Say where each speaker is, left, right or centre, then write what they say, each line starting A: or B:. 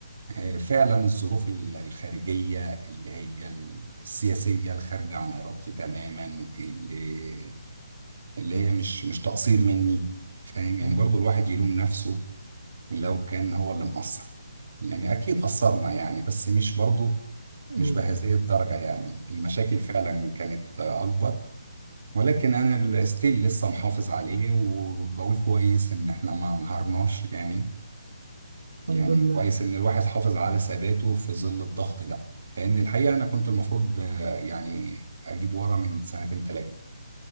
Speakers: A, on the right; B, on the right.
A: آه، فعلا الظروف ال- الخارجيه اللي هي السياسيه الخارجه عن ارادتي تماما اللي اللي هي مش مش تقصير مني فاهم يعني
B: مم.
A: برضو الواحد يلوم نفسه لو كان هو اللي مقصر يعني أكيد قصرنا يعني بس مش برضه
B: مم.
A: مش بهذه الدرجة يعني المشاكل فعلا كانت آه، أكبر ولكن أنا ستيل لسه محافظ عليه وبقول كويس إن إحنا ما انهارناش يعني يعني
B: الحمد لله
A: كويس إن الواحد حافظ على ثباته في ظل الضغط ده لأن الحقيقة أنا كنت المفروض آه، يعني أجيب ورا من سنتين تلاتة